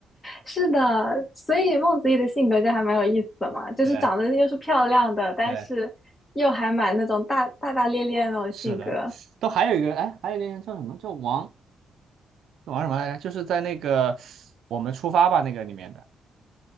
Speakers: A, on the left; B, on the right.
A: 是的，所以孟子义的性格就还蛮有意思的嘛，就是长得又是漂亮的，
B: 对
A: 但是又还蛮那种大大大咧咧的那种性格。
B: 对，是的，都还有一个哎，还有一个人叫什么叫王王什么来着？就是在那个我们出发吧那个里面的，